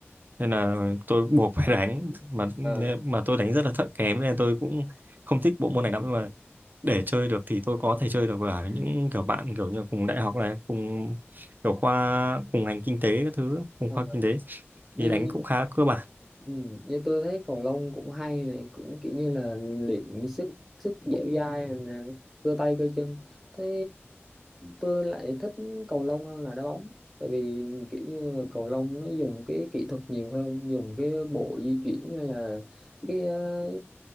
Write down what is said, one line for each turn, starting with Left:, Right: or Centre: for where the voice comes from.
Right: nên là tôi buộc phải <laughs> đánh mà
Centre: à,
Right: mà tôi đánh rất là thợ kém nên là tôi cũng không thích bộ môn này lắm nhưng mà để chơi được thì tôi có thể chơi được với những kiểu bạn kiểu như cùng đại học này cùng kiểu khoa cùng ngành kinh tế các thứ cùng
Centre: à.
Right: khoa kinh tế
Centre: như
Right: thì đánh cũng khá cơ bản
Centre: Ừ, như tôi thấy cầu lông cũng hay này cũng kiểu như là luyện sức sức dẻo dai rồi cơ tay cơ chân thế tôi lại thích cầu lông hơn là đá bóng tại vì kiểu như là cầu lông nó dùng cái kỹ thuật nhiều hơn dùng cái bộ di chuyển hay là cái ờ,